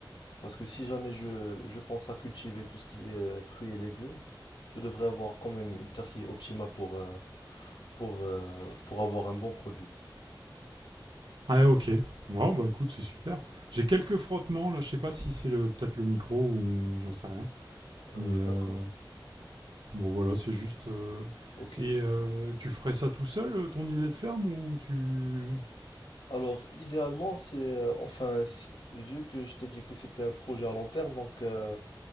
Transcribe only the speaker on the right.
Ah ok. Bon bah écoute, c'est super. J'ai quelques frottements là, je sais pas si c'est le peut-être le micro ou j'en sais rien.
Mais euh,
Bon, voilà, c'est juste. euh,
Et euh, tu ferais ça tout seul, euh, ton idée de ferme, ou tu.